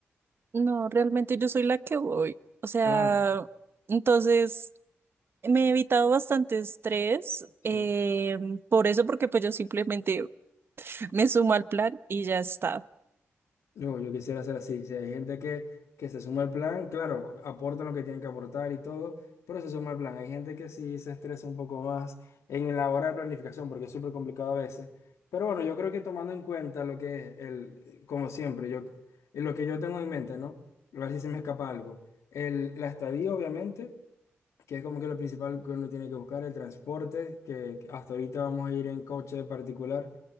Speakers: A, on the right (about 50°); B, on the left (about 80°).
A: No, realmente yo soy la que voy. O sea,
B: Ah,
A: entonces me he evitado bastante estrés,
B: sí.
A: eh, por eso, porque pues yo simplemente me sumo al plan y ya está.
B: Yo, yo quisiera hacer así. Si hay gente que, que se suma al plan, claro, aportan lo que tienen que aportar y todo, pero se suma al plan. Hay gente que sí se estresa un poco más en la hora de planificación, porque es súper complicado a veces. Pero bueno, yo creo que tomando en cuenta lo que es el, como siempre, yo, lo que yo tengo en mente, ¿no? A ver si se me escapa algo. El, la estadía, obviamente, que es como que lo principal que uno tiene que buscar, el transporte, que que hasta ahorita vamos a ir en coche particular.